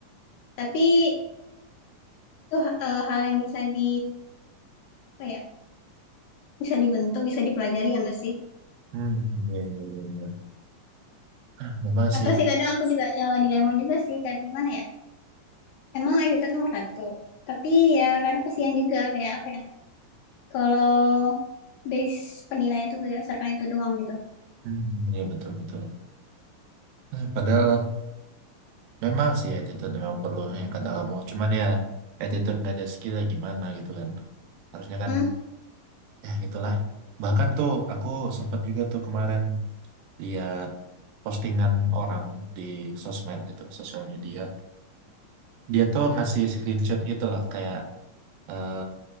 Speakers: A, on the left (about 80°); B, on the right (about 80°).
A: Tapi itu eh, hal yang bisa di apa ya? Bisa dibentuk, bisa dipelajari ya nggak sih?
B: Hmm, iya, iya, iya, iya. Ah, Memang
A: Atau
B: sih.
A: sih kadang aku juga eh, dilema juga sih kan gimana ya? Emang ITT nomor satu. Tapi ya kadang kesian juga kayak apa ya? Kalau base penilaian itu berdasarkan itu doang gitu.
B: Hmm, iya, betul, betul. Eh, Padahal memang sih attitude memang perlu yang kata kamu. Cuman ya attitude nggak ada skill ya gimana gitu kan. Harusnya kan,
A: Hmm,
B: ya gitulah. Bahkan tuh aku sempat juga tuh kemarin lihat postingan orang di sosmed gitu, sosial media. Dia tuh ngasih screenshot gitu loh kayak eh,